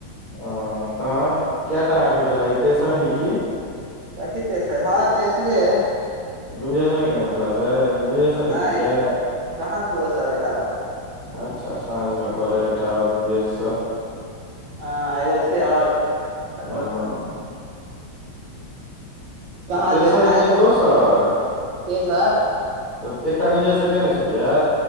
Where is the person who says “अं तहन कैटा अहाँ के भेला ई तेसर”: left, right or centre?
Left